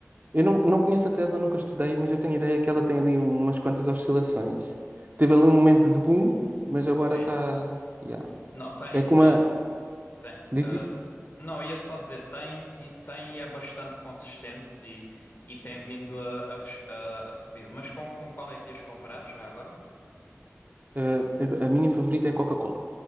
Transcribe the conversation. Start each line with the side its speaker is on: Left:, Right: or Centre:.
Right: Eu não, não conheço a Tesla, nunca estudei, mas eu tenho a ideia que ela tem ali umas quantas oscilações. Teve ali um momento de boom, mas agora
Left: Sim.
Right: está. Yeah.
Left: Não, tem,
Right: É como
Left: tem,
Right: a.
Left: tem.
Right: Diz
Left: ah,
Right: isso?
Left: não, ia só dizer tem, ti- tem, e é bastante consistente e, e tem vindo a, a fech- a- a subir. Mas com, com qual é que ias comparar já agora?
Right: Eh, a minha favorita é a Coca-Cola.